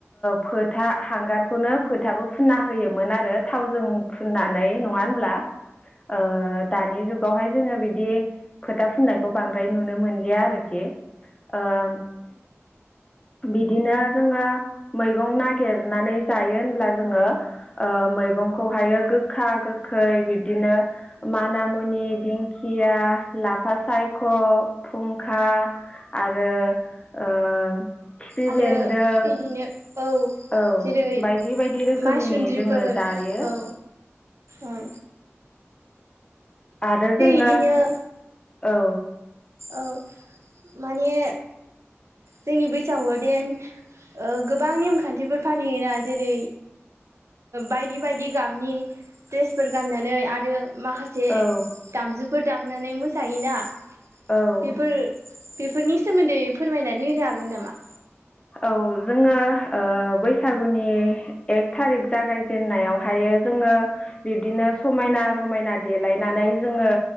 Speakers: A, on the left; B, on the right.
A: फोथा हांगारखौनो फोथाबो फुना होयोमोन आरो थावजों फुननानै नङा होनब्ला ओ दानि जुगनि - बेवहाय जोङो बिदि फोथा फुननायखौ बांद्राय नुनो मोनलिया आरोखि ओम बिदिनो जोङो मैगं नागिरनानै जायो होनब्ला जोङो ओ मैगंखौ हायो गोखा गोखै बिदिनो माना मुनि दिंखिया लाफा सायख' फुंखा आरो ओ खिफि
B: आरो
A: बेन्दों
B: बिदिनो औ
A: औ
B: जेरै
A: बायदि बायदि रोखोमनि
B: माइसुन्द्रिफोर
A: जोङो जायो
B: औ औ
A: आरो जोङो
B: इदिनो
A: औ
B: औ माने
A: <unintelligible> <inaudible>
B: जोंनि बैसागुआव देन गोबां नेमखान्थिफोर फालियोना जेरै बायदि बायदि गाबनि दड्रेसफोर गाननानै आरो माखासे
A: औ
B: दामजुफोर दामनानै मोसायोना
A: औ
B: बेफोर बेफोरनि सोमोन्दै फोरमायनानै होनो हागोन नामा
A: औ जोङो ओ बैसागुनि एक थारिक जागाय जेननायावहायो जोङो बिब्दिनो समायना रमायना देलायनानै जोङो